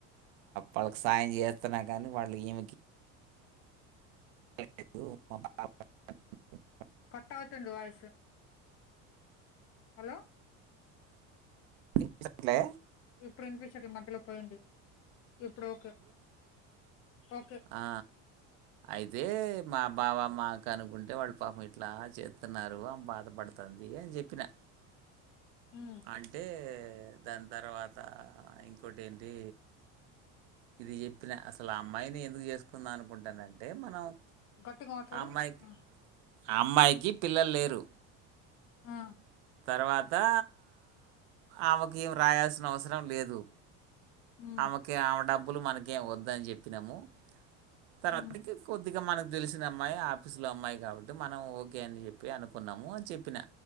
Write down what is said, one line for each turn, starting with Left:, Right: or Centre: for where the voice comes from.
Right: వాళ్ళకి సాయం చేస్తున్నా కానీ వాళ్ళు ఏమి ఎ
Left: కట్ అవుతుంది వాయిస్ హలో
Right: వినిపించట్లే
Left: ఇప్పుడు వినిపించాలే ఈ మధ్యలో పోయింది ఇప్పుడు ఓకే ఓకే
Right: ఆ, అయితే మా బావ మా కనుకుంటే వాడు పాపం ఇట్లా చేస్తున్నారు అమే బాధపడుతుంది అని చెప్పిన
Left: ఉమ్
Right: అంటే దాని తర్వాత ఇంకోటి ఏంటి ఇది చెప్పిన అసలు ఆ అమ్మాయిని ఎందుకు చేసుకుందాం అనుకుంటానంటే మనం
Left: గట్టిగా మాట్లాడు
Right: ఆ అమ్మాయికి
Left: ఆ
Right: ఆ అమ్మాయికి పిల్లలు లేరు
Left: ఆ
Right: తర్వాతా ఆమెకు ఏం రాయాల్సిన అవసరం లేదు.
Left: ఉమ్
Right: ఆమెకి ఆమె డబ్ మనకేం వద్దని చెప్పినము. తన
Left: ఉమ్
Right: <inaudible> కొద్దిగ మన తెలిసిన అమ్మాయి ఆఫీసులో అమ్మాయి కాబట్టి మనం ఓకే అని చెప్పి అనుకున్నాము. చెప్పిన